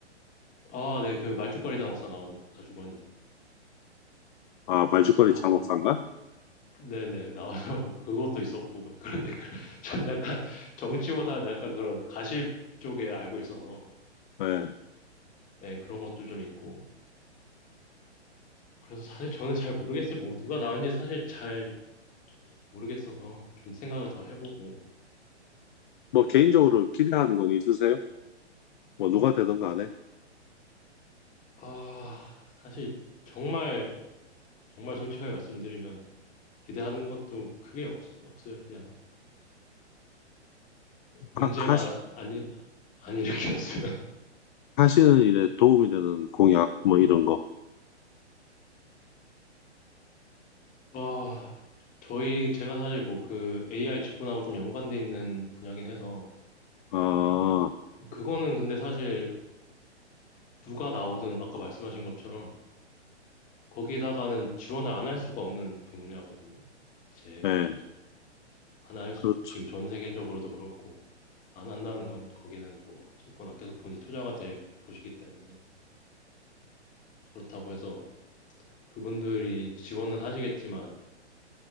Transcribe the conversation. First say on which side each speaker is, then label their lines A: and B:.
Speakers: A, on the left; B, on the left.
A: 아, 네, 그 말죽거리 단옥사 나온 아주머니
B: 아 말죽거리
A: 하고
B: 장옥사인가?
A: 음, 네네 나와서 <laughs> 그것도 있었고 막 그런데 그- <laughs> 전 약간 정치보다 약간 그런 가십 쪽에 알고 있어서
B: 네.
A: 네 그런 것도 좀 있고 그래서 사실 저는 잘 모르겠어요 뭐 누가 나왔는지 사실 잘 모르겠어서 좀 생각을 더 해보고
B: 뭐 개인적으로 기대하는 건 있으세요? 뭐 누가 되든 간에
A: 아 사실 정말 정말 솔직하게 말씀드리면 기대하는 것도 크게 없, 없어요. 그냥 문제만
B: 하, 하시,
A: 안, 일- 안 일으켰으면. <laughs>
B: 하시는 일에 도움이 되는 공약 뭐 이런 거.
A: 와, 저희 제가 사실 뭐 그 AI 직군하고 좀 연관돼 있는 분야긴 해서
B: 아,
A: 그거는 근데 사실 누가 나오든 아까 말씀하신 것처럼 거기다가는 지원을 안 할 수가 없는 분야거든요. 제
B: 예,
A: 생각에는 안 할 수,
B: 그렇죠.
A: 지금 전 세계적으로도 그렇고 안 한다는 건 거기는 뭐 어쨌거나 계속 돈이 투자가 될 곳이기 때문에 그렇다고 해서 그분들이 지원은 하시겠지만